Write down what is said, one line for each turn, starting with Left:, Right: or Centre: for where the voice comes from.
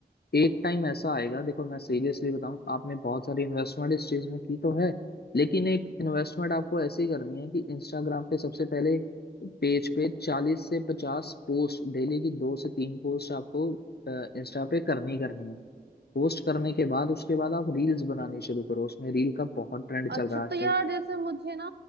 Left: एक टाइम ऐसा आएगा देखो मैं सीरियसली बताऊं आपने बहुत सारी इन्वेस्टमेंट इस चीज में की तो है लेकिन एक इन्वेस्टमेंट आपको ऐसी करनी है कि इंस्टाग्राम पे सबसे पहले पेज पे चालीस से पचास पोस्ट डेली की दो से तीन पोस्ट आपको इंस्टा पे करनी ही करनी है पोस्ट करने के बाद उसके बाद आप रील्स बनानी शुरू करो उसमें रील का बहुत ट्रेंड
Right: अच्छा
Left: चल रहा है
Right: तो
Left: आजकल
Right: यार जैसे मुझे ना